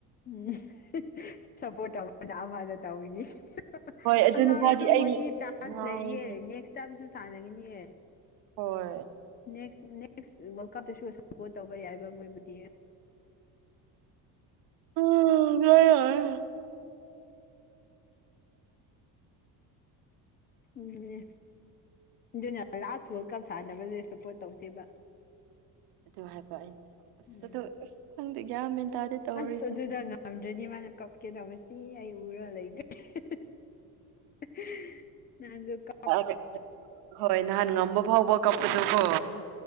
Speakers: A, on the left (about 25°); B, on the right (about 75°).
A: ꯎꯝ ꯍꯤ ꯍ ꯁꯞꯄꯣꯔꯠ ꯇꯧꯕꯅ ꯑꯃꯗ ꯇꯧꯒꯅꯤ ꯍ ꯍ
B: ꯍꯣꯏ ꯑꯗꯨ
A: ꯑꯉꯥꯡ
B: ꯅꯨꯄꯥꯗꯤ
A: ꯑꯣꯏꯔꯁꯨ
B: ꯑꯩ
A: ꯃꯣꯏꯗꯤ ꯆꯥꯟꯁ
B: ꯉꯥꯎꯔꯦ.
A: ꯂꯩꯔꯤꯌꯦ ꯅꯦꯛꯁ ꯇꯥꯏꯝꯁꯨ ꯁꯥꯟꯅꯒꯅꯤꯌꯦ
B: ꯍꯣꯏ
A: ꯅꯦꯛꯁ ꯅꯦꯛꯁ ꯋꯥꯔꯜ ꯀꯞꯇꯁꯨ ꯁꯄꯣꯔꯠ ꯇꯧꯕ ꯌꯥꯏꯕ ꯃꯣꯏꯕꯨꯗꯤ
B: ꯑ ꯌꯥꯏ ꯌꯥꯏ
A: ꯑꯗꯨꯅꯦ ꯑꯗꯨꯅ ꯂꯥꯁ ꯋꯥꯔꯜ ꯀꯞ ꯁꯥꯟꯅꯕꯁꯦ ꯁꯞꯄꯣꯔꯠ ꯇꯧꯁꯦꯕ
B: ꯑꯗꯨ ꯍꯥꯏꯕ ꯑꯩꯅꯁꯨ ꯑꯁ
A: ꯎꯝ
B: ꯑꯗꯨ ꯑꯁ ꯈꯪꯗꯦ ꯒ꯭ꯌꯥꯟ ꯃꯦꯟ ꯇꯥꯗꯦ ꯇꯧꯔꯤꯁꯦ
A: ꯑꯁ ꯑꯗꯨꯗ ꯉꯝꯗ꯭ꯔꯗꯤ ꯃꯥꯅ ꯀꯞꯀꯦ ꯇꯧꯕꯁꯤ ꯑꯩ ꯎꯔ ꯂꯩꯈ꯭ꯔꯦ ꯍ ꯍ ꯍꯍ ꯅꯍꯥꯟꯖꯨ ꯀꯞ
B: ꯇꯥꯒ꯭ꯔꯦ ꯍꯣꯏ ꯅꯍꯥꯟ ꯉꯝꯕ ꯐꯥꯎꯕ ꯀꯞꯄꯗꯣꯀꯣ
A: ꯎ